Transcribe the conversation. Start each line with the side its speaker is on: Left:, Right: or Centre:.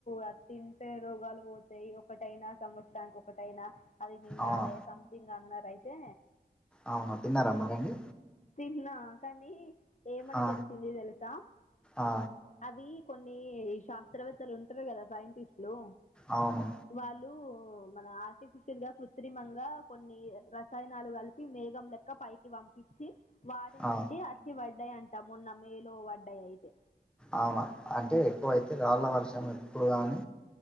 Left: అది తింటే రోగాలు పోతాయి ఒకటైనా సంవత్సరానికి ఒకటైనా అవి మింగాలే
Centre: అవును
Left: సంథింగ్ అన్నారు అయితే
Centre: అవునా తిన్నార మరండి
Left: తిన్నా కానీ ఏమని
Centre: ఆ
Left: తెలిసింది తెలుసా
Centre: ఆ
Left: అవి కొన్ని శాస్త్రవేత్తలు ఉంటారు కదా సైంటిస్టులు
Centre: అవును
Left: వాళ్ళు మన ఆర్టిఫిషియల్ గా కృత్రిమంగా కొన్ని రసాయనాలు కలిపి మేఘం లెక్క ఇక్క పైకి పంపించి వాడి
Centre: ఆ
Left: నుండి అచ్చి వడ్డాయి అంటా మున్న మేలో పడ్డాయి అయితే
Centre: అవునా అంటే ఎక్కువైతే రాళ్ళ వర్షం ఎప్పుడు కానీ